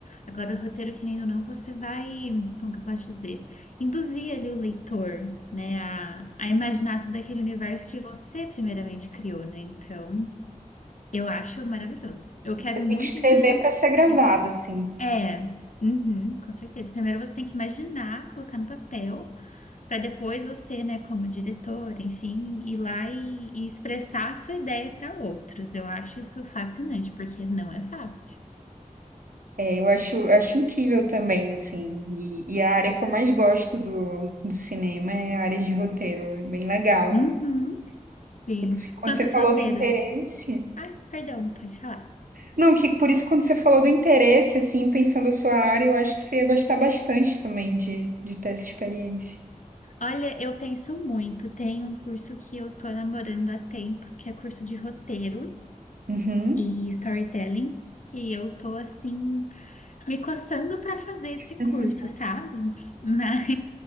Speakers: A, on the left; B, on the right.
A: Agora, o roteiro, querendo ou não, você vai, como que eu posso dizer? Induzir ali o leitor, né? A, a imaginar todo aquele universo que você primeiramente criou, né? Então, eu acho maravilhoso. Eu
B: Você
A: quero
B: tem
A: muito
B: que escrever
A: ainda
B: para ser gravado,
A: tentar.
B: assim.
A: É, uhum, com certeza. Primeiro você tem que imaginar, colocar no papel para depois você, né, como diretor, enfim, ir lá e, e expressar a sua ideia para outros. Eu acho isso fascinante, porque não é fácil.
B: É, eu acho, eu acho incrível também, assim. E, e a área que eu mais gosto do, do cinema é a área de roteiro. É bem legal.
A: Uhum, sim.
B: Porque se- Quando
A: Quantos
B: você falou
A: roteiros?
B: do interesse.
A: Ai, perdão, pode falar.
B: Não, que por isso, que quando você falou do interesse, assim, pensando a sua área, eu acho que você ia gostar bastante também de, de ter essa experiência.
A: Olha, eu penso muito. Tem um curso que eu tô namorando há tempos, que é curso de roteiro
B: Uhum.
A: e storytelling, que eu tô assim me coçando para fazer esse
B: <laughs>
A: curso, sabe? <laughs> Mas